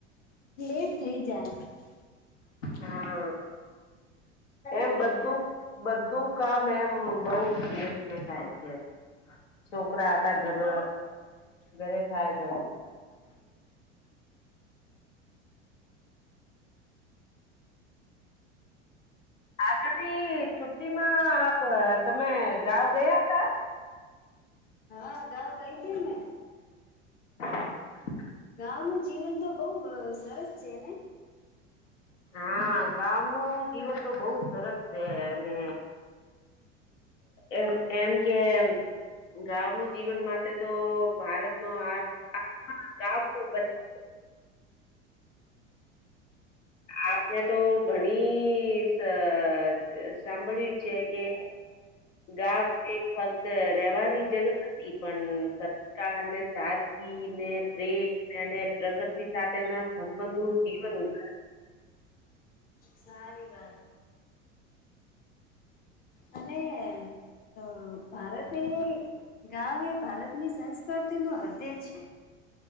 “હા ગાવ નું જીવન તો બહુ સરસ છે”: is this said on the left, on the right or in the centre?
Left